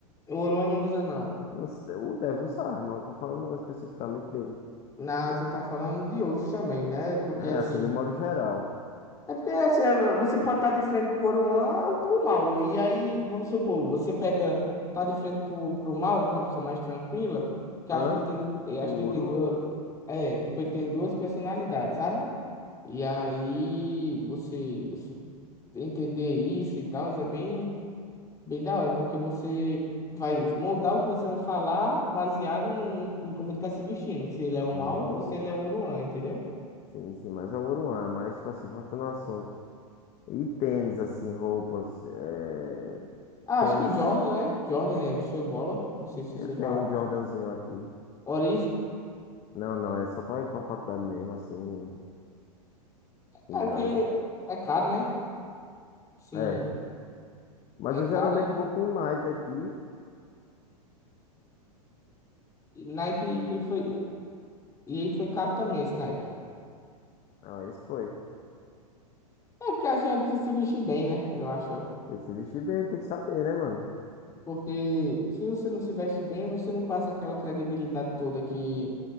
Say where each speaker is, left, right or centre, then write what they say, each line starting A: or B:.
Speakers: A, on the left; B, on the left.
A: O Oruan não usa, não.
B: Não se- O deve usar, mas não tô falando especificamente dele.
A: Na, tu tá falando de outros também, né? Porque
B: É,
A: assim.
B: assim, do modo geral.
A: É porque assim, é, você pode estar de frente pro Oruan ou pro Mauro. E aí, vamos supor, você pega, tá de frente pro, pro Mauro, que é uma pessoa mais tranquila, que
B: Hã?
A: acho que ele tem, duplo- eu
B: O
A: acho que ele
B: ouro,
A: tem duas,
B: hã?
A: é, tipo, ele tem duas personalidades, sabe? E aí,
B: Sim,
A: você, você entender isso e tal, é bem, bem da hora, porque você vai moldar o que você vai falar baseado no, no- em como ele tá se vestindo, se ele é o
B: sim,
A: Mauro ou se ele é o Oruan, entendeu?
B: sim, sim, mas é o ouro, hã? Mas, tipo assim, voltando ao assunto. E tênis, assim, roupas. eh,
A: Ah,
B: Tênis.
A: acho que o Jordan, né? Jordan é show de bola. Não sei se
B: Eu
A: você
B: tenho
A: já.
B: um Jordanzinho aqui.
A: Origem.
B: Não, não, é só pra ir pra faculdade mesmo, assim, e
A: É
B: na
A: porque
B: origem.
A: é caro, né? Sim,
B: É. Mas
A: é
B: eu
A: caro
B: geralmente
A: e
B: vou com um Nike aqui.
A: e Nike que foi. E aí foi caro também esse Nike.
B: Não, esse foi.
A: É porque a gente tem que se vestir bem, né? Eu acho.
B: Tem que se vestir bem, tem que saber, né, mano?
A: Porque se você não se veste bem, você não passa aquela credibilidade toda que,